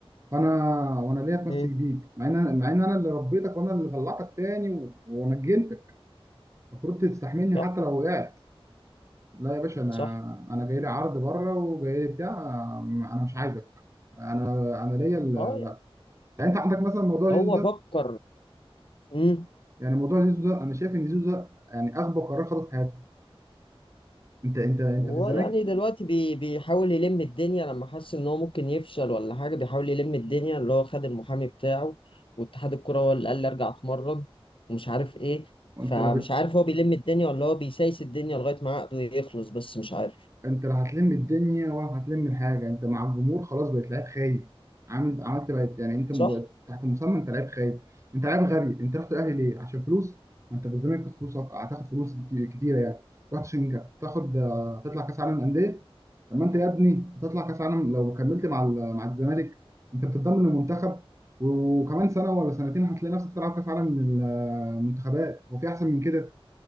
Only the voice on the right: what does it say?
فانا وانا ليه اتمسك
بيك مع ان انا مع ان انا اللي ربيتك وانا اللي طلعتك تاني و- ونجنتك المفروض تستحملني
حتى لو وقعت لا يا باشا انا
انا جاي لي عرض بره وجاي لي بتاع انا مش عايزك انا انا ليا ال-
لا
يعني انت عندك مثلا موضوع زيزو
ده
يعني موضوع زيزو ده انا شايف ان زيزو ده يعني اغبى قرار خده في حياته انت انت انت
في الزمالك
وانت
لا بت...
انت لا هتلم الدنيا ولا هتلم الحاجه انت مع الجمهور خلاص بقيت لعيب خايب عامل عملت بقيت يعني انت م-
تحت المسمى انت لعيب خايب انت لعيب غبي انت رحت الاهلي ليه عشان فلوس ما انت في الزمالك تاخد فلوس أك- هتاخد فلوس ك- كتيره يعني رحت عشان تاخد آه، تطلع كاس عالم انديه طب ما انت يا ابني تطلع كاس عالم لو كملت مع ال- مع الزمالك انت بتتضمن المنتخب وكمان سنه ولا سنتين هتلاقي نفسك تلعب كاس عالم منتخبات هو في احسن من كده